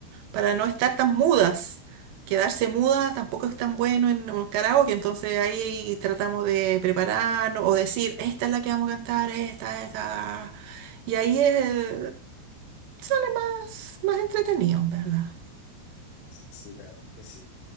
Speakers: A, on the right; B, on the left.
A: para no estar tan mudas. Quedarse muda tampoco es tan bueno en un karaoke, entonces ahí tratamos de prepararnos o decir, esta es la que vamos a cantar, esta, esta. Y ahí eh, sale más, más entretenido, en ¿verdad?
B: Sí, la verdad que sí.